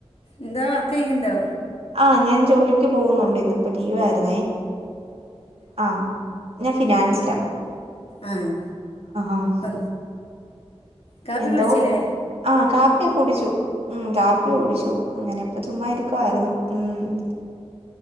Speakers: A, on the left (about 65°); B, on the right (about 65°).
A: എന്താ വർക്കെയ്യ്ണ്ടോ.
B: ആഹ് ഞാൻ ജോലിക്ക് പോകുന്നുണ്ട് ഇന്ന്പ്പൊ ലീവായിരുന്നേ. ആഹ് ഞാൻ ഫിനാൻസില.
A: ആഹ്
B: ആഹ്
A: പ്പ കാപ്പി
B: എന്തോ
A: കുടിച്ചിലേ.
B: ആഹ് കാപ്പിയൊക്കെ കുടിച്ചു ഉം കാപ്പി കുടിച്ചു അങ്ങനെപ്പ ചുമ്മാ ഇരിക്കുവായിരുന്നു. ഉം.